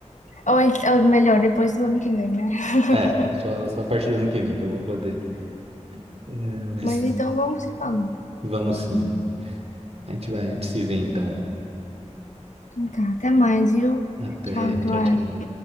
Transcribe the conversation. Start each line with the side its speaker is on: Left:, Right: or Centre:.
Left: Ou, ent- ou melhor, depois do ano que vem, né? <laughs>
Right: É, é só, é só a partir do ano que vem que eu vou poder. É, mas
Left: Mas então vamos se falando.
Right: vamos sim. A gente vai, a gente se vê então.
Left: Então tá, até mais, viu?
Right: Até,
Left: Tchau, Eduardo.
Right: tchau, tchau.